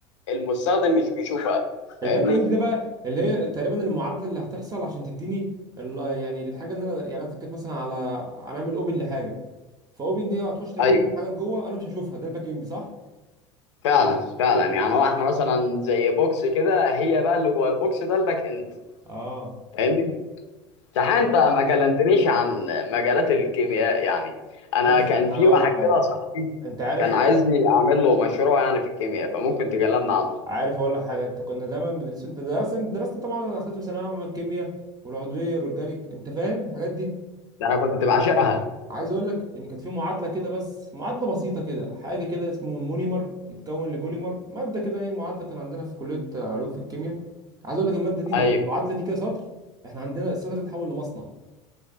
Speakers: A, on the left; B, on the right.
A: المستخدم مش بيشوفها
B: الباك
A: فاهمني
B: اند ده بقى اللي هي تقريبا المعادله اللي هتحصل عشان تديني ال- يعني الحاجه اللي انا يعني انا اتكيت مثلا على هنعمل اوبن لحاجه فاوبن دي هتخش تعمل
A: ايوه
B: لي شويه حاجات جوه انا مش هشوفها ده الباك اند صح
A: فعلا فعلا يعني هو احنا مثلا زي بوكس كده هي بقى اللي جوه البوكس ده الباك اند
B: اه
A: فاهمني صح انت ما كلمتنيش عن مجالات الكيمياء يعني انا
B: بص
A: كان
B: انا
A: في
B: اقول
A: واحد
B: لك حاجه
A: كده صاحبي
B: انت عارف
A: كان عايزني اعمل له مشروع يعني في الكيمياء فممكن تكلمنا عنه
B: عارف اقول لك حاجه انت كنا زمان بندرس انت درست انت درست طبعا انا اخدت في ثانويه عامه الكيمياء والعضويه والاورجانيك انت فاهم الحاجات دي
A: ده انا كنت بعشقها
B: عايز اقول لك ان كانت في معادله كده بس معادله بسيطه كده حاجه كده اسمه المونيمر يتكون لبوليمر ماده كده ايه معادله كان عندنا في كليه علوم في الكيمياء عايز اقول لك الماده دي
A: ايوه
B: يعني المعادله دي كده سطر احنا عندنا السطر ده اتحول لمصنع